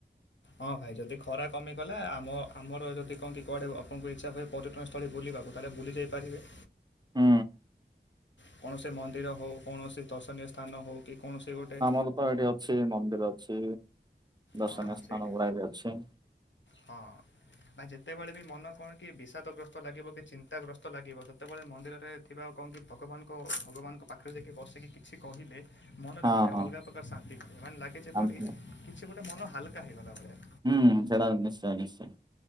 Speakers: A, on the left; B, on the right.
A: ହଁ ଭାଇ ଯଦି ଖରା କମିଗଲା ଆମ ଆମର ଯଦି କଣକି କରେ ଆପଙ୍ଗୁ ଇଚ୍ଛା ହୁଏ ପର୍ଯ୍ୟଟନସ୍ଥଳୀ ବୁଲିବାକୁ ତା ହେଲେ ବୁଲି ଯାଇପାରିବେ।
B: ହୁଁ।
A: କୌଣସି ମନ୍ଦିର ହଉ କୌଣସି ଦର୍ଶନୀୟ ସ୍ଥାନ ହଉ କି କୌଣସି ଗୋଟେ
B: ମୁଁ ପା ଏଠି ଅଛି ମନ୍ଦିର ଅଛି ଦର୍ଶନୀୟ
A: ହଁ
B: ସ୍ଥାନ
A: ସେଇଠି
B: ଗୁଡ଼ା ବି ଅଛି।
A: ହଁ। ବା ଯେତେବେଳେ ବି ମନ କଣ କି ବିଷାଦଗ୍ରସ୍ତ ଲାଗିବ କି ଚିନ୍ତାଗ୍ରସ୍ତ ଲାଗିବ ସେତେବେଳେ ମନ୍ଦିରରେ ଥିବା ଆଉ କଣ କି ଭଗବାନଙ୍କ, ଭଗବାନଙ୍କ ପାଖରେ ଯାଇକି ବସିକି କିଛି କହିଲେ ମନରେ
B: ହଁ
A: ଗୋଟେ
B: ହଁ
A: ଅଲଗା ପ୍ରକାର ଶାନ୍ତି ମିଳେ ମାନେ ଲାଗେ ଯେପରି
B: ଆମ୍ ହୁଁ
A: କିଛି ଗୋଟେ ମନ ହାଲକା ହେଇଗଲା ଭଳିଆ।
B: ହୁଁ ସେଇଡ଼ା ନିଶ୍ଚୟେ, ନିଶ୍ଚୟେ।